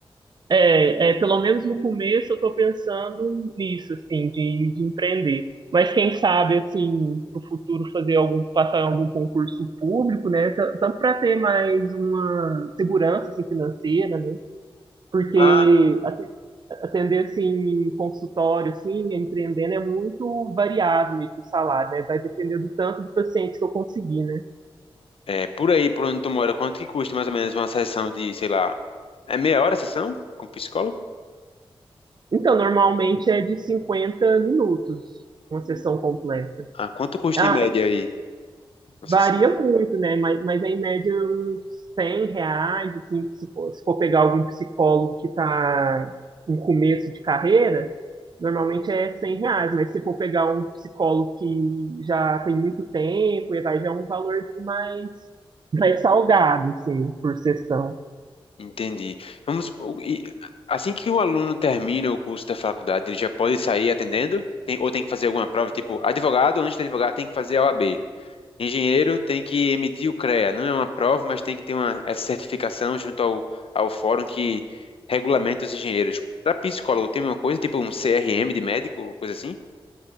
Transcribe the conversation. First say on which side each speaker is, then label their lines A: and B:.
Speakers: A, on the right; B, on the left.
A: É, é, pelo menos no começo eu estou pensando nisso, assim, de, de empreender. Mas quem sabe, assim, para o futuro fazer algum, passar em algum concurso público, né? ta- Tanto para ter mais uma segurança, assim, financeira, né? Porque
B: Ah,
A: ate- atender, assim, consultório, assim, empreendendo é muito variado mesmo o salário, né? Vai depender do tanto de pacientes que eu conseguir, né?
B: é, por aí, por onde tu mora, quanto que custa mais ou menos uma sessão de, sei lá... É meia hora a sessão? Com psicólogo?
A: Então, normalmente é de 50 minutos uma sessão completa.
B: Ah, quanto custa
A: Ah,
B: em média aí? Nossa,
A: Varia
B: assim,
A: muito, né? Mas, mas é em média uns 100 reais, assim, se for, se for pegar algum psicólogo que está em começo de carreira, normalmente é 100 reais, mas se for pegar um psicólogo que já tem muito tempo, e vai já é um valor mais, mais salgado, assim, por sessão.
B: entendi. Vamos, supor, e assim que o aluno termina o curso da faculdade, ele já pode sair atendendo? Tem- ou tem que fazer alguma prova? Tipo, advogado, antes de advogado, tem que fazer a OAB. Engenheiro tem que emitir o CREA. Não é uma prova, mas tem que ter uma, essa certificação junto ao, ao fórum que regulamenta os engenheiros. Para psicólogo, tem uma coisa, tipo um CRM de médico, coisa assim?